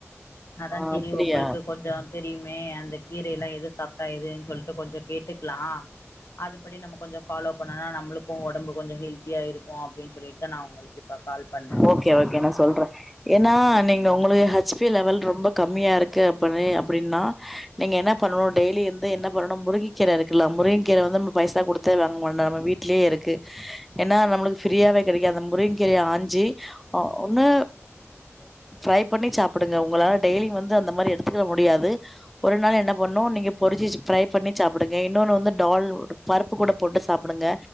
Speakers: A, on the left; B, in the centre.
A: அதான்
B: ஆ
A: சேரி
B: அப்டியா
A: உங்களுக்கு கொஞ்சோம் தெரியுமே அந்த கீர எல்லாம் எது தப்பா எதுன்னு சொல்லிட்டு கொஞ்சோம் கேட்டுக்கலாம் அதுபடி நம்ம கொஞ்சோம் ஃபாலோ பண்ணனா நம்மளுக்கும் ஒடம்பு கொஞ்சம் ஹெல்தியா இருக்கும் அப்டின்னு சொல்லிட்டு தான் நான் உங்களுக்கு இப்ப கால் பண்ணே
B: ஓகே ஓகே நான் சொல்றேன் ஏன்னா நீங்க உங்களுக்கு ஹெச்பி லெவல் ரொம்ப கம்மியா இருக்கு அப்பனு அப்டின்னா நீங்க என்ன பண்ணனும் டெய்லி வந்து என்ன பண்ணனும் முருங்கக்கீர இருக்குல முருங்க கீரை வந்து நம்ம பைசா கொடுத்தே வாங்க மா நம்ம வீட்லேயே இருக்கு ஏன்னா நம்மளுக்கு ஃப்ரியாவே கெடைக்கிது அந்த முருங்க கீரிய ஆஞ்சி ஒன்னு ஃபிரை பண்ணி சாப்படுங்க உங்களால டெய்லி வந்து அந்த மாரி எடுத்துக்க முடியாது ஒரு நாள் என்ன பண்ணும் நீங்க பொறிச்சு ஃபிரை பண்ணி சாப்படுங்க இன்னொன்னு வந்து டால் பருப்பு கூட போட்டு சாப்படுங்க